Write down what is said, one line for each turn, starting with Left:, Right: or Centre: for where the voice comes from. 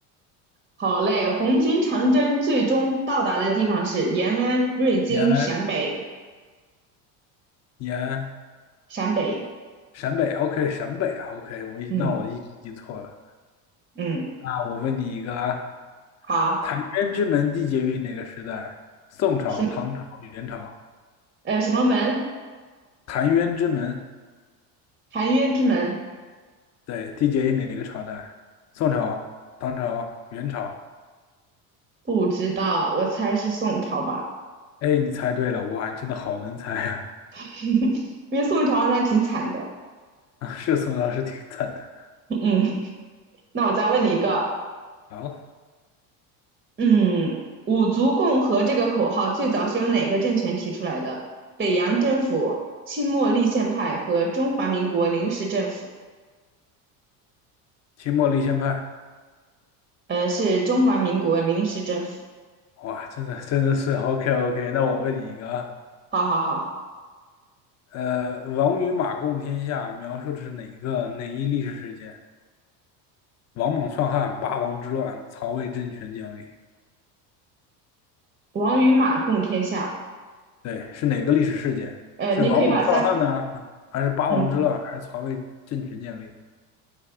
Right: 好嘞，红军长征最终到达的地方是延安、瑞金、
Left: 延安，
Right: 陕北、
Left: 延安，
Right: 陕北。
Left: 陕北，OK，陕北啊，OK，我一那我一记错了。
Right: 嗯嗯，
Left: 那我问你一个啊，
Right: 好，
Left: 澶渊之门缔结于哪个时代？宋朝、
Right: 什
Left: 唐朝、元朝。
Right: 呃什么门？
Left: 澶渊之门，
Right: 含冤之门？
Left: 对，缔结于哪个朝代？宋朝、唐朝、元朝。
Right: 不知道，我猜是宋朝吧，
Left: 哎，你猜对了，哇，你真的好能猜啊！
Right: <laughs> 因为宋朝好像挺惨的。
Left: <laughs> 啊是宋朝，是挺惨的。
Right: 嗯，那我再问你一个。
Left: 好，
Right: 嗯，五族共和这个口号最早是由哪个政权提出来的？北洋政府、清末立宪派和中华民国临时政府。
Left: 清末立宪派，
Right: 呃，是中华民国临时政府。
Left: 哇，真的真的是 <laughs> OK OK。那我问你一个啊，
Right: 好好好，
Left: 呃，王与马共天下描述的是哪一个哪一历史事件？王莽篡汉、八王之乱、曹魏政权建立。
Right: 王与马共天下。
Left: 对，是哪个历史事件？
Right: 呃，
Left: 是王莽篡汉呢，
Right: 你可以把三，
Left: 还是八王之乱，
Right: 嗯，
Left: 还是曹魏政权建立？